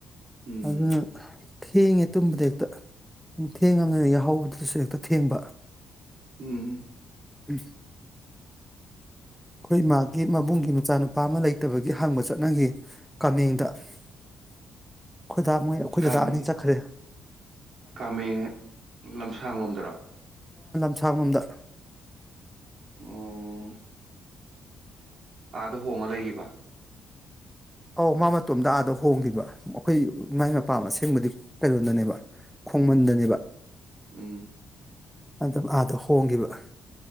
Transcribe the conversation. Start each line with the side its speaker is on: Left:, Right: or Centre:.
Right: ꯎꯝ
Centre: ꯑꯗꯨꯅ ꯊꯦꯡꯉꯦ ꯇꯨꯝꯕꯗ ꯍꯦꯛꯇ ꯊꯦꯡꯉꯝꯅꯤꯅ ꯌꯥꯍꯧꯕꯗꯨꯖꯨ ꯍꯦꯛꯇ ꯊꯦꯡꯕ
Right: ꯎꯝ
Centre: ꯎꯝ ꯑꯈꯣꯏ ꯃꯥꯒꯤ ꯃꯕꯨꯡꯒꯤ ꯃꯆꯥꯅꯨꯄꯥ ꯑꯃ ꯂꯩꯇꯕꯒꯤ ꯍꯪꯕ ꯆꯠꯅꯒꯤ ꯀꯥꯃꯦꯡꯗ ꯑꯩꯈꯣꯏꯗ ꯃꯣꯏ ꯑꯩꯈꯣꯏꯗꯗꯥ
Right: ꯀꯥꯃꯦ
Centre: ꯑꯅꯤ ꯆꯠꯈ꯭ꯔꯦ
Right: ꯀꯥꯃꯦꯡ ꯂꯝꯁꯥꯡꯂꯣꯝꯗꯔꯣ
Centre: ꯂꯝꯁꯥꯡ ꯂꯣꯝꯗ
Right: ꯑꯣ ꯑꯥꯗꯥ ꯍꯣꯡꯉ ꯂꯩꯒꯤꯕ
Centre: ꯑꯧ ꯃꯥ ꯃꯇꯣꯝꯗ ꯑꯥꯗ ꯍꯣꯡꯒꯤꯕ ꯑꯩꯈꯣꯏ ꯏꯃꯥꯏ ꯃꯄꯥꯝ ꯑꯁꯦꯡꯕꯗꯤ ꯀꯩꯅꯣꯗꯅꯦꯕ ꯈꯣꯡꯃꯟꯗꯅꯦꯕ
Right: ꯎꯝ
Centre: ꯑꯗꯨ ꯑꯥꯗ ꯍꯣꯡꯒꯤꯕ <inaudible>